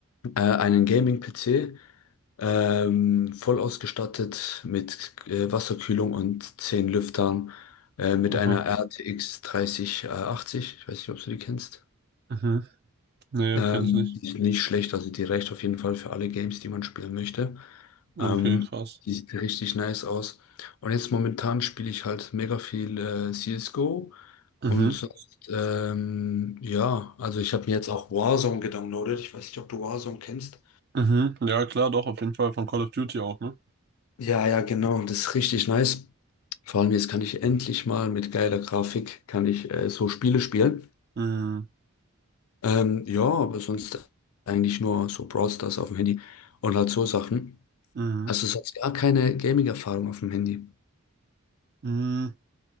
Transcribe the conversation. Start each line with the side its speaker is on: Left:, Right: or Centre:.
Left: äh, einen Gaming-PC. Ähm, voll ausgestattet mit äh, Wasserkühlung und 10 Lüftern, äh, mit
Right: Aha.
Left: einer Mhm. RTX 3080. Ich weiß nicht, ob du die kennst.
Right: Mhm. Nee,
Left: Ähm,
Right: kenne ich nicht.
Left: die ist nicht schlecht, also die reicht auf jeden Fall für alle Games, die man spielen möchte.
Right: Okay,
Left: Ähm,
Right: krass.
Left: die sieht richtig nice aus. Und jetzt momentan spiele ich halt mega viel äh, CSGO
Right: Mhm.
Left: und sonst, ähm, ja, also ich habe mir jetzt auch Warzone gedownloadet. Ich weiß nicht, ob du Warzone kennst.
Right: Mhm. Ja, klar, doch, auf jeden Fall von Call of Duty auch, ne?
Left: Ja, ja, genau, das ist richtig nice. Vor allem jetzt kann ich endlich mal mit geiler Grafik, kann ich äh, so Spiele spielen.
Right: Mhm.
Left: Ähm, ja, aber sonst eigentlich nur so Brawl Stars auf dem Handy und halt so Sachen.
Right: Mhm.
Left: Also sonst gar keine Gaming-Erfahrung auf dem Handy.
Right: Mhm.